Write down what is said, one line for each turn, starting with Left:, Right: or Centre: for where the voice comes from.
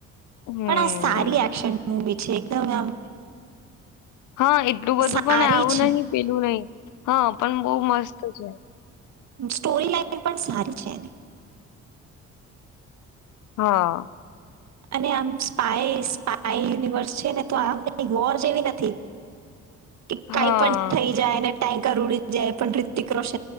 Left: હમ
Right: પણ આ સારી એક્શન મૂવી છે એકદમ આમ
Left: હા એટલું બધું
Right: સારી
Left: પણ આવું
Right: છે
Left: નહી પેલું નહી હા પણ બહ મસ્ત છે
Right: સ્ટોરી લાઈન પણ સારી છે એની
Left: હા.
Right: અને આમ સ્પાય સ્પાય યુનિવર્સ છે ને તો આમ વોર જેવી નથી. કે કઈ
Left: હા
Right: પણ થઈ જાયને. ટટેંકર ઉડી જાય પણ રિતતિક્ર રોશ